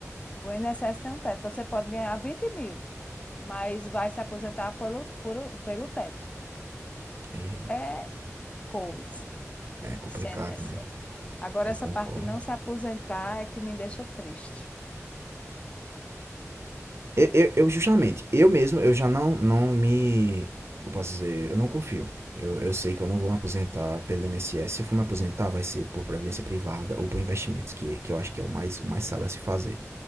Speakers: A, on the left; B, on the right.
A: o INSS tem um teto, você pode ganhar vinte mil, mas vai se aposentar pelo, por, pelo teto.
B: E
A: É coisa,
B: é complicado,
A: esse INSS.
B: né?
A: Agora,
B: Eu
A: essa
B: concordo.
A: parte de não se aposentar é que me deixa triste.
B: Eu, eu- eu, justamente, eu mesmo, eu já não, não me. Eu posso dizer, eu não confio. Eu, eu sei que eu não vou me aposentar pelo INSS. Se eu for me aposentar, vai ser por previdência privada ou por investimentos, que, que eu acho que é o mais, o mais sábio a se fazer,